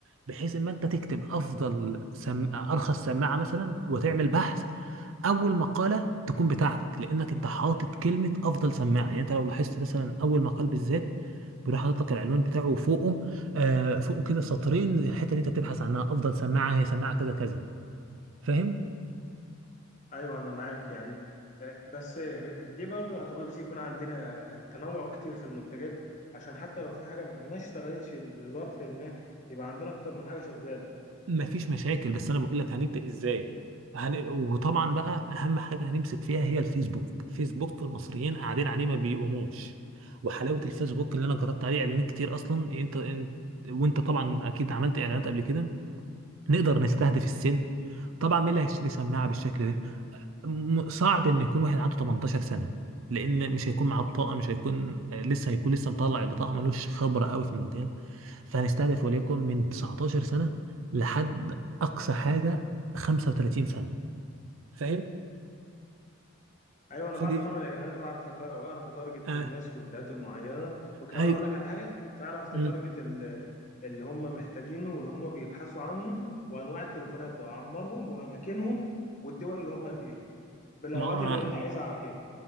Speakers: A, on the right; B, on the left.
A: بحيث إما أنت تكتب أفضل سم... أرخص سماعة مثلا وتعمل بحث اول مقاله تكون بتاعتك لانك انت حاطط كلمه افضل سماعه يعني انت لو لاحظت مثلا اول مقال بالذات بيروح حاطط لك العنوان بتاعه وفوقه آه فوقه كده سطرين الحته اللي انت بتبحث عنها افضل سماعه هي سماعه كذا كذا فاهم
B: ايوه انا معاك يعني آه، بس آه، دي برضه هتعوز يكون عندنا آه، تنوع كتير في المنتجات عشان حتى لو في حاجه ما اشتغلتش لظرف ما يبقى عندنا اكتر من حاجه شغاله
A: فمفيش مشاكل بس انا بقول لك هنبدا ازاي هن... وطبعا بقى اهم حاجه هنمسك فيها هي الفيسبوك فيسبوك المصريين قاعدين عليه ما بيقوموش وحلاوه الفيسبوك اللي انا جربت عليه اعلانات كتير اصلا انت انت وانت طبعا اكيد عملت اعلانات قبل كده نقدر نستهدف السن طبعا مين اللي هيشتري سماعه بالشكل ده م- صعب ان يكون واحد عنده 18 سنه لان مش هيكون معاه بطاقه مش هيكون آه، لسه هيكون لسه مطلع البطاقه ملوش خبره قوي في المجال فهنستهدف وليكن من 19 سنه لحد اقصى حاجه 35 سنه فاهم
B: ايوه انا
A: فدي
B: بعرف اعمل اعلانات واعرف أت- واعرف اتارجت
A: آه
B: الناس والفئات المعينه وكمان
A: ايوه
B: اقول لك على حاجه تعرف تتارجت
A: مم.
B: ال- اللي هم محتاجينه واللي هم بيبحثوا عنه وانواع التليفونات واعمارهم واماكنهم والدول اللي هم فيها بالاوقات
A: ما
B: اللي انت عايزها على كيف